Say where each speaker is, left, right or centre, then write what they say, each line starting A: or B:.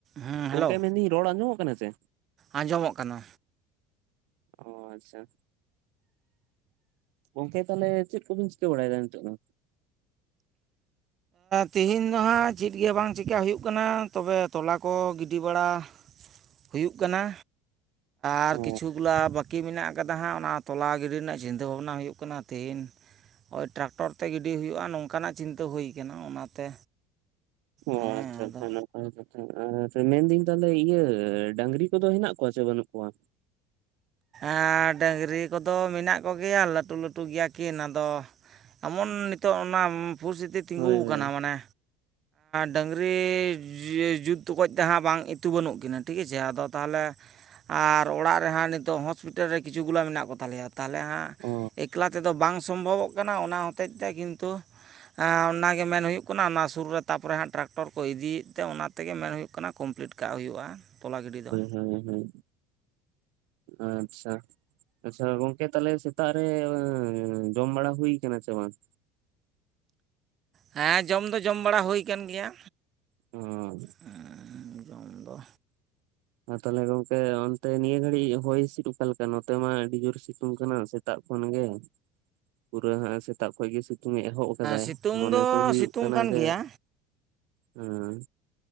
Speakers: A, on the right; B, on the right.
A: ᱦᱮᱸ ᱦᱮᱞᱳ
B: ᱜᱚᱝᱠᱮ ᱢᱮᱱᱫᱟᱹᱧ ᱨᱚᱲ ᱟᱸᱡᱚᱢᱳᱜ ᱠᱟᱱᱟ ᱥᱮ᱾
A: ᱟᱸᱡᱚᱢᱚᱜ ᱠᱟᱱᱟ᱾
B: ᱚ ᱟᱪᱪᱷᱟ, ᱜᱚᱝᱠᱮ ᱛᱟᱦᱚᱞᱮ ᱪᱮᱫ ᱠᱚᱵᱤᱱ ᱪᱤᱠᱟᱹ ᱵᱟᱲᱟᱭᱮᱫᱟ ᱱᱤᱛᱚᱜ ᱫᱚ?
A: ᱛᱮᱦᱤᱧ ᱫᱚᱦᱟᱸᱜ ᱪᱮᱫ ᱜᱮ ᱵᱟᱝ ᱪᱤᱠᱟ ᱦᱩᱭᱩᱜ ᱠᱟᱱᱟ ᱛᱚᱵᱮ ᱛᱚᱞᱟ ᱠᱚ ᱜᱤᱰᱤ ᱵᱟᱲᱟ ᱦᱩᱭᱩᱜ ᱠᱟᱱᱟ ᱟᱨ
B: ᱚ
A: ᱠᱤᱪᱷᱩ ᱜᱩᱞᱟ ᱵᱟᱠ <unintelligible> ᱢᱮᱱᱟᱜ ᱟᱠᱟᱫᱟ ᱦᱟᱸᱜ ᱚᱱᱟ ᱛᱚᱞᱟ ᱜᱤᱰᱤ ᱨᱮᱱᱟᱜ ᱪᱤᱱᱛᱟᱹ ᱵᱷᱟᱵᱽᱱᱟ ᱦᱩᱭᱩᱜ ᱠᱟᱱᱟ ᱛᱤᱦᱤᱱ ᱦᱳᱭ ᱴᱨᱟᱠᱴᱚᱨ ᱛᱮ ᱜᱤᱰᱤ ᱦᱩᱭᱩᱜᱼᱟ ᱱᱚᱝᱠᱟᱱᱟᱜ ᱪᱤᱱᱛᱟᱹ ᱦᱩᱭ ᱠᱟᱱᱟ ᱚᱱᱟᱛᱮ
B: ᱚ
A: ᱦᱮᱸ
B: ᱟᱪᱪᱷᱟ ᱟᱪᱪᱷᱟ
A: ᱟᱫᱚ
B: <unintelligible> ᱟᱪᱪᱷᱟ ᱟᱪᱪᱷᱟ ᱢᱮᱱᱫᱟᱹᱧ ᱛᱟᱦᱚᱞᱮ ᱤᱭᱟᱹ ᱰᱟᱝᱜᱨᱤ ᱠᱚᱫᱚ ᱦᱮᱱᱟᱜ ᱠᱚᱣᱟ ᱥᱮ ᱵᱟᱹᱱᱩᱜ ᱠᱚᱣᱟ?
A: ᱟᱨ ᱰᱟᱹᱝᱜᱨᱤ ᱠᱚᱫᱚ ᱢᱮᱱᱟᱜ ᱠᱚᱜᱮᱭᱟ ᱞᱟᱹᱴᱩ ᱞᱟᱹᱴᱩ ᱜᱮᱭᱟ ᱠᱤᱱ᱾ ᱟᱫᱚ ᱮᱢᱚᱱ ᱱᱤᱛᱚᱜ ᱚᱱᱟ ᱯᱷᱩᱨᱥᱛᱤᱛᱤ ᱛᱤᱸᱜᱩ
B: ᱦᱳᱭ ᱦᱳᱭ
A: ᱠᱟᱱᱟ ᱢᱟᱱᱮ ᱰᱟᱝᱜᱨᱤ ᱡᱩᱛ ᱚᱠᱚᱡ ᱛᱮᱦᱟᱸᱜ ᱵᱟᱝ ᱤᱛᱩ ᱵᱟᱹᱱᱩᱜ ᱠᱤᱱᱟᱹ ᱴᱷᱤᱠ ᱟᱪᱷᱮ ᱟᱫᱚ ᱛᱟᱦᱚᱞᱮ ᱟᱨ ᱚᱲᱟᱜ ᱨᱮᱦᱟᱸᱜ ᱱᱤᱛ ᱱᱤᱛᱚᱜ ᱦᱚᱸᱥᱯᱤᱴᱟᱞ ᱨᱮ ᱠᱤᱪᱷᱩᱜ ᱜᱩᱞᱟ ᱢᱮᱱᱟᱜ ᱠᱚ ᱛᱟᱞᱮᱭᱟ ᱛᱟᱦᱚᱞᱮ ᱦᱟᱸᱜ
B: ᱚ
A: ᱮᱠᱞᱟ ᱛᱮᱫᱚ ᱵᱟᱝ ᱥᱚᱢᱵᱷᱚᱵᱚᱜ ᱠᱟᱱᱟ ᱚᱱᱟ ᱦᱚᱛᱮᱡ ᱛᱮ ᱠᱤᱱᱛᱩ ᱚᱱᱟᱜᱮ ᱢᱮᱱ ᱦᱩᱭᱩᱜ ᱠᱟᱱᱟ ᱚᱱᱟ ᱥᱩᱨ ᱨᱮ ᱛᱟᱯᱚᱨᱮ ᱦᱟᱸᱜ ᱴᱨᱟᱠᱴᱚᱨ ᱠᱚ ᱤᱫᱤᱭᱮᱫ ᱛᱮ ᱚᱱᱟ ᱛᱮᱜᱮ ᱢᱮᱱ ᱦᱩᱭᱩᱜ ᱠᱟᱱᱟ ᱦᱩᱭᱩᱜ ᱠᱟᱱᱟ ᱠᱚᱢᱯᱞᱤᱴ ᱠᱟᱜ ᱦᱩᱭᱩᱜᱼᱟ ᱛᱚᱞᱟ ᱜᱤᱰᱤ ᱫᱚ᱾
B: ᱦᱮᱸ ᱦᱮᱸ᱾ ᱟᱪᱪᱷᱟ᱾ ᱟᱪᱪᱷᱟ ᱜᱚᱝᱠᱮ ᱛᱟᱦᱚᱞᱮ ᱥᱮᱛᱟᱜ ᱨᱮ ᱡᱚᱢ ᱵᱟᱲᱟ ᱦᱩᱭ ᱠᱟᱱᱟ ᱪᱮ ᱵᱟᱝ?
A: ᱦᱮᱸ ᱡᱚᱢ ᱫᱚ ᱡᱚᱢ ᱵᱟᱲᱟ ᱦᱩᱭ ᱠᱟᱱ ᱜᱮᱭᱟ᱾
B: ᱦᱚᱸ᱾
A: <unintelligible> ᱡᱚᱢ ᱫᱚ᱾
B: ᱟᱨ ᱛᱟᱦᱚᱞᱮ ᱜᱚᱝᱠᱮ ᱚᱱᱛᱮ ᱱᱤᱭᱟᱹ ᱜᱷᱟᱹᱲᱤᱡ ᱦᱚᱭ ᱦᱤᱸᱥᱤᱫ ᱚᱠᱟᱞᱮᱠᱟ ᱱᱚᱛᱮ ᱢᱟ ᱟᱹᱰᱤ ᱡᱳᱨ ᱥᱤᱛᱩᱝ ᱠᱟᱱᱟ ᱥᱮᱛᱟᱜ ᱠᱷᱚᱱ ᱜᱮ ᱯᱩᱨᱟᱹ ᱦᱟᱸᱜ ᱛᱟᱨᱯᱚᱨᱮ ᱜᱮ ᱥᱤᱛᱩᱝ ᱮ ᱮᱦᱚᱵ ᱠᱟᱫᱟᱭ
A: ᱥᱤᱛᱩᱝ
B: ᱢᱚᱱᱮ
A: ᱫᱚ
B: ᱛᱚ ᱦᱩᱭᱩᱜ
A: ᱥᱤᱛᱩᱝ
B: ᱠᱟᱱᱟ
A: ᱠᱟᱱ
B: ᱡᱮ
A: ᱜᱮᱭᱟ
B: ᱦᱮᱸ